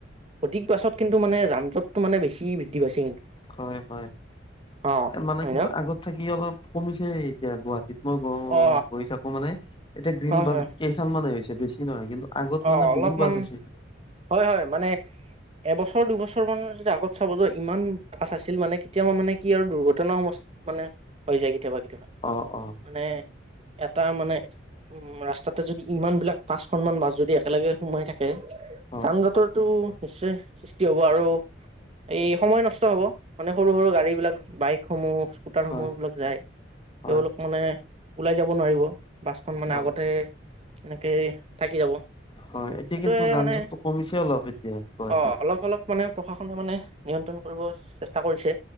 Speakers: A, on the right; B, on the left.
A: অধিক বাছত কিন্তু মানে যান জটতটো মানে বেছি বৃদ্ধি পাইছে কিন্তু!
B: হয় হয়
A: অ
B: মানে।
A: হয়
B: কিন্তু
A: ন
B: আগত থাকি অলপ কমি এতিয়া গুৱাহাটীত। মই গ
A: অ
B: গৈ চাবো মানে এতিয়া গ্ৰীণ
A: হয়
B: বাছ
A: হয়
B: কেইখান মান এৰিছে বেছি নহয় কিন্তু! আগত
A: অ
B: মানে
A: অলপমান
B: বহু বাছ আছিল।
A: হয় হয় মানে এবছৰ দুবছৰ মানৰ যদি আগত চাব যে ইমান বাছ আছিল মানে কেতিয়াবা মানে কি আৰু দুৰ্ঘটনা সমস মানে হৈ যায় কেতিয়াবা কেতিয়াবা।
B: অ অ
A: মানে এটা মানে উ ৰাস্তাতে যদি ইমান বিলাক পাঁচখনমানান বাছ যদি একেলগে সোমাই থাকে
B: হয়
A: যান জতৰটো নিশ্চয় সৃষ্টি হ'ব আৰু এই সময় নষ্ট হব মানে সৰু সৰু গাড়ীবিলাক বাইকসমূহ। <inaudible> সমহ
B: হয়
A: বিলাক যায়
B: হয়
A: তেওঁলোক মানে ওলাই যাব নোৱাৰিব বাছখন মানে
B: হয়
A: আগতে এনেকে থাকি যাব
B: হয় এতিয়া
A: সেইটোৱে
B: কিন্তু যান
A: মানে
B: জঁটটো কমিছে কি অলপ এতিয়া গুৱাটী
A: অ অলপ অলপ মানে প্ৰশাসনে মানে নিয়ন্ত্ৰণ কৰিব চেষ্টা কৰিছে